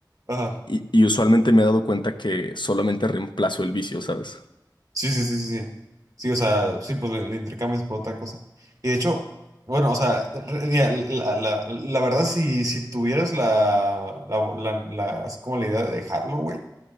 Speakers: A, on the right (about 45°); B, on the left (about 80°).
A: ajá.
B: y, y usualmente me he dado cuenta que solamente reemplazo el vicio, ¿sabes?
A: Sí, sí, sí, sí, sí. Sí, o sea, sí, pues le, le intercambias por otra cosa. Y de hecho, bueno, o sea, re- mira, la, la, la verdad, si, si tuvieras la, la, la, la- así como la idea de dejarlo, güey.